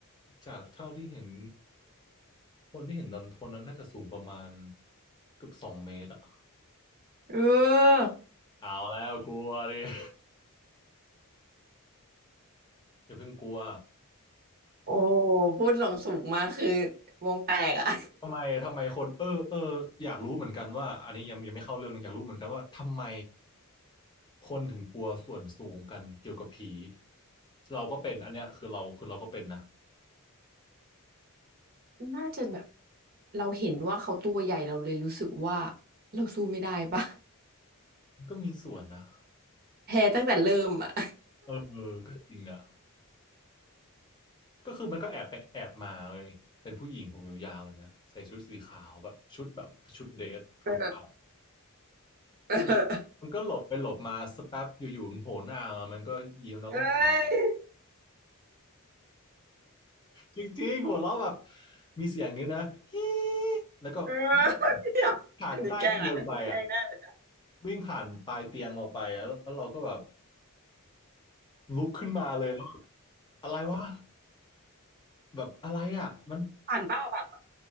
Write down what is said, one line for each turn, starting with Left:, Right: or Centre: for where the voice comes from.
Left: จากเท่าที่เห็นคนที่เห็นตอนคนนั้นน่าจะสูงประมาณเกือบสองเมตรอ่ะ
Right: เออ
Left: เอาแล้วกลัวดิ <laughs> อย่าเพิ่งกลัว
Right: โอ้พูดหลงสูงมากคือวงแตกอะ
Left: ทำไมทำไมคนเออเอออยากรู้เหมือนกันว่าอันนี้ยังยังไม่เข้าเรื่องนะอยากรู้เหมือนกันว่าทำไมคนถึงกลัวส่วนสูงกันเกี่ยวกับผีเราก็เป็นอันเนี้ยคือเราคือเราก็เป็นนะ
Right: <laughs> น่าจะแบบเราเห็นว่าเขาตัวใหญ่เราเลยรู้สึกว่าเราสู้ไม่ได้ปะ
Left: มันก็มีส่วนนะ
Right: แพ้ตั้งแต่เริ่มอะ
Left: เออก็จริงอ่ะ ก็คือมันก็แอบไปแอบมาเลยเป็นผู้หญิงผมยาวๆเลยนะใส่ชุดสีขาวแบบชุดแบบชุดเดทเก่า
Right: เออ
Left: ๆเออ
Right: เออ
Left: มันก็หลบไปหลบมาสักแป๊บอยู่ๆมันโผล่หน้ามามันก็ยิ้มแล้วก็หัวเราะ
Right: เอ้ย
Left: จริงๆหัวเราะแบบมีเสียงเงี้ยนะ <laughs> ฮีแล้วก็วิ่ง
Right: เออ <laughs> เดี๋ยวอันนี้แกล้งละอันนี้แกล้งได้เลยนะ
Left: ผ่านใต้เตียงไปอ่ะวิ่งผ่านปลายเตียงออกไปแล้วแล้วเราก็แบบลุกขึ้นมาเลยแล้วแบบอะไรวะแบบอะไรอ่ะมัน
Right: ผ่านเป้าผ่านเป้า